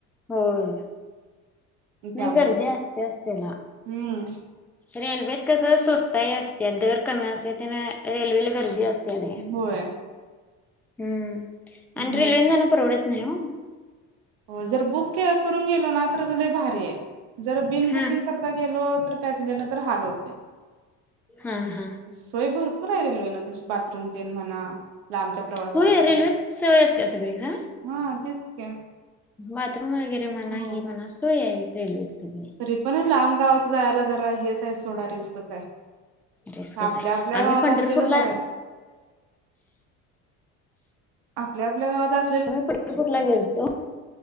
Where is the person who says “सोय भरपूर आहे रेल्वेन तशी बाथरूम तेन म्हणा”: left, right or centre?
Right